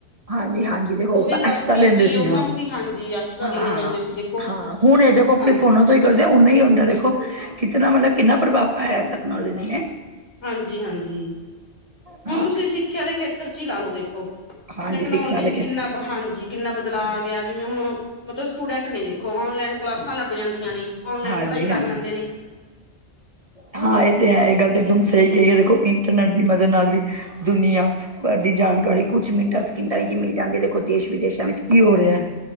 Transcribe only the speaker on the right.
ਹਾਂਜੀ- ਹਾਂਜੀ, ਜੀ ਹੋਰ
ਐਕਸਟਰਾ
ਲੈਂਦੇ
ਸੀ
ਹਾਂ,
ਹਾਂ-ਹਾਂ।
ਹਾਂ, ਹੁਨ ਇਹ ਦੇਖੋ ਆਪਨੇ
ਫੋਨਾਂ ਤੋਂ ਹੀ ਕਰਦੇ ਉਨਾ ਹੀ ਦੇਖੋ, ਕਿਤਨਾ ਮਤਲਬ ਕਿੰਨਾ ਪ੍ਰਭਾਵ ਪਾਇਆ ਤਕਨਾਲੋਜੀ ਨੇ।
ਹਾਂ
ਹਾਂਜੀ
ਸਿੱਖਿਆ ਦੇ
ਖੇਤਰ
ਹਾਂਜੀ
ਹਾਂਜੀ-
ਹਾਂਜੀ।
ਹਾਂ ਇਹ ਤੇ ਹੈ ਇਹ ਗੱਲ ਤਾਂ ਇੱਕਦਮ ਸਹੀ ਕਹੀ ਹੈ, ਦੇਖੋ ਇੰਟਰਨੈਟ ਦੀ ਮਦਦ ਨਾਲ ਵੀ ਦੁਨੀਆਂ ਭਰ ਦੀ ਜਾਨਕਾਰੀ ਕੁਛ ਮਿੰਟਾਂ ਸਕਿੰਟਾਂ ਵਿੱਚ ਮਿਲ ਜਾਂਦੀ ਹੈ, ਦੇਖੋ ਦੇਸ਼ ਵਿਦੇਸ਼ਾਂ ਵਿੱਚ ਕੀ ਹੋ ਰਿਹਾ ਐ।